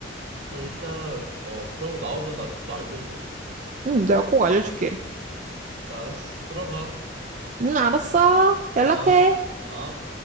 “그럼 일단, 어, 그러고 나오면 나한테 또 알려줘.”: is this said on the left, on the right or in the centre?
Right